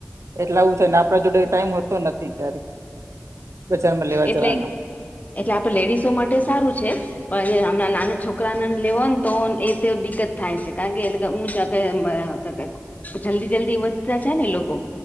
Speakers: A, on the right; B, on the left.
A: એટલે આવું થાય ને આપણા જોડે ટાઈમ હોતો નથી ક્યારે બજારમાં લેવા
B: એટલે
A: જવાનો
B: એટલે આપડે લેડીસો માટે સારું છે. પણ એ હમણાં નાના છોકરાને લેવો ન તો એ દિક્કત થાય છે. કારણ કે એટલે જલ્દી જલ્દી વધતા છે ને લોકો